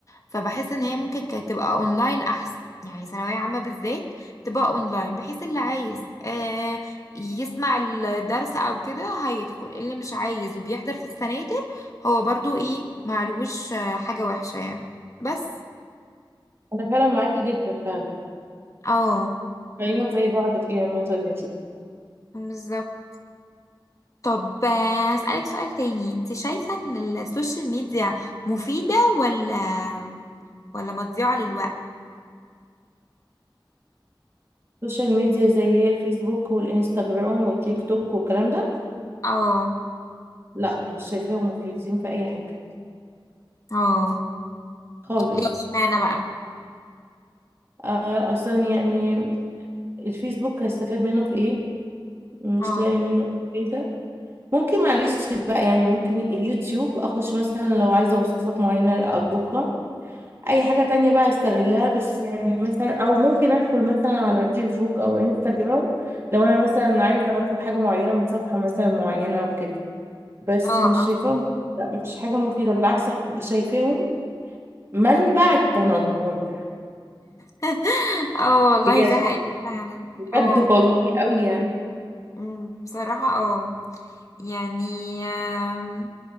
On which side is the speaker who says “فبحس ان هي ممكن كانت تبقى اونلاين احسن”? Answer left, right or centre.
Left